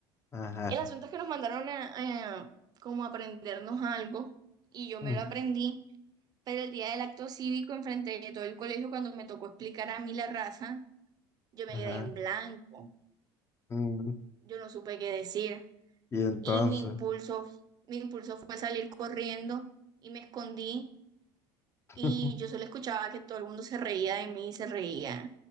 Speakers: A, on the left; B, on the right.
A: Ajá,
B: El asunto es que nos mandaron a, a como aprendernos algo y yo
A: mm,
B: me lo aprendí Pero el día del acto cívico, enfrente de todo el colegio, cuando me tocó explicar a mí la raza, yo me
A: ajá.
B: quedé en blanco,
A: mm.
B: yo no supe qué decir.
A: Y entonces.
B: Y mi impulso, mi impulso fue salir corriendo y me escondí
A: <laughs>
B: y yo solo escuchaba que todo el mundo se reía de mí y se reía.